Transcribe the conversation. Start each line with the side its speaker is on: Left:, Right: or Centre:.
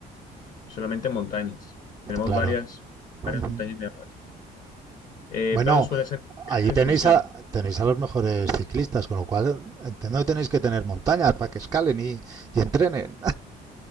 Left: solamente en montañas. Tenemos
Right: Claro.
Left: varias,
Right: Ujú.
Left: varias montañas nevadas, Eh,
Right: Bueno,
Left: pero suele ser
Right: allí
Left: una
Right: tenéis
Left: excursión.
Right: a tenéis a los mejores ciclistas, con lo cual entiendo que tenéis que tener montañas para que escalen y, y entrenen.